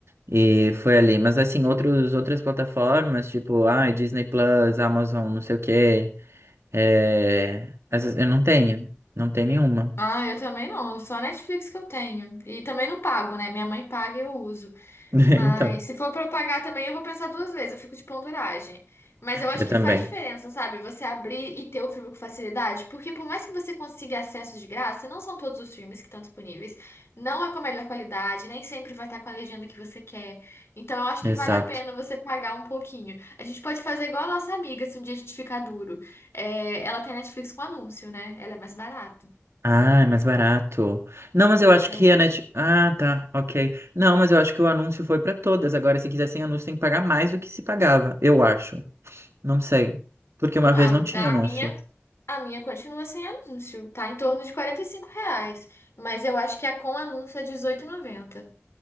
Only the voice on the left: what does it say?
Ah, eu também não. Só a Netflix que eu tenho. E também não pago, né? Minha mãe paga e eu uso.
Mas
se for pra eu pagar também, eu vou pensar duas vezes, eu fico de penduragem. Mas eu acho
que
faz diferença, sabe? Você abrir e ter o filme com facilidade, porque por mais que você consiga acesso de graça, não são todos os filmes que estão disponíveis, não é com a melhor qualidade, nem sempre vai estar com a legenda que você quer. Então eu acho
que vale a pena você pagar um pouquinho. A gente pode fazer igual a nossa amiga, se um dia a gente ficar duro. É, ela tem Netflix com anúncio, né? Ela é mais barata.
É.
Ah,
da
minha. A minha continua sem anúncio, tá em torno de 45 reais, mas eu acho que a com anúncio é dezoito e noventa